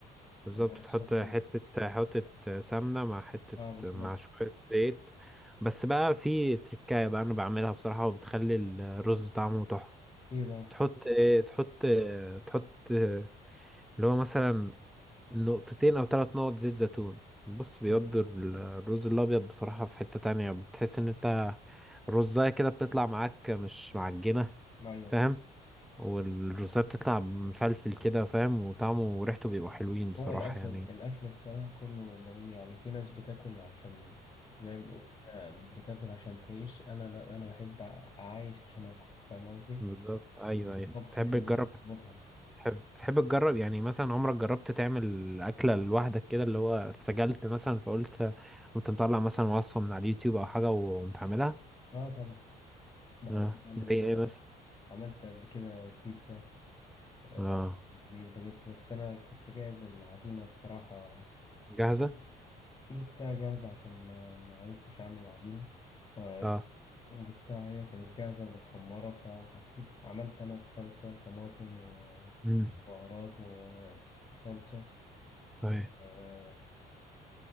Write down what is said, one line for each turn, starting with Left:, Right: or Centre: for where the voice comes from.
Centre: بالظبط
Left: ومية
Centre: تحط
Left: سخنة
Centre: حتة حتة سمنة مع حتة
Left: اه بالظبط
Centre: مع شوية زيت بس بقى في تركاية بقى أنا بعملها بصراحة وبتخلي الرز طعمه تحفة
Left: ايه بقى
Centre: تحط إيه تحط تحط اللي هو مثلا نقطتين أو ثلاث نقط زيت زيتون بص بيودي
Left: مم.
Centre: الرز الأبيض بصراحة في حتة تانية بتحس إن أنت الرزاية كده بتطلع معاك مش معجنة
Left: ايوه
Centre: فاهم
Left: فاهم
Centre: والرزاية بتطلع مفلفل كده فاهم وطعمه وريحته بيبقوا حلوين بصراحة
Left: هو الأكل
Centre: يعني
Left: الأكل الصراحة كله جميل يعني في ناس بتاكل عشان زي ما بقول كده بتاكل عشان تعيش أنا لا أنا بحب أعايش عشان آكل فاهم قصدي؟
Centre: بالظبط ايوه
Left: الطبخ
Centre: ايوه تحب
Left: كمان
Centre: تجرب
Left: متعة
Centre: تحب تحب تجرب يعني مثلا عمرك جربت تعمل اكله لوحدك كده اللي هو اتسجلت مثلا فقلت كنت مطلع مثلا وصفه من على اليوتيوب او حاجه وقمت عاملها
Left: آه طبعا بحب
Centre: اه
Left: أعمل
Centre: زي ايه مثلا
Left: عملت قبل كده بيتزا آه
Centre: اه
Left: في البيت بجبت بس أنا كنت جايب العجينة الصراحة
Centre: جاهزه
Left: جبتها جاهزة عشان ما ما عرفتش أعمل العجينة فجبتها
Centre: اه
Left: هي كانت جاهزة ومتخمرة فحطيت عملت أنا الصلصة طماطم
Centre: امم
Left: بهارات وصلصة
Centre: طيب
Left: آه،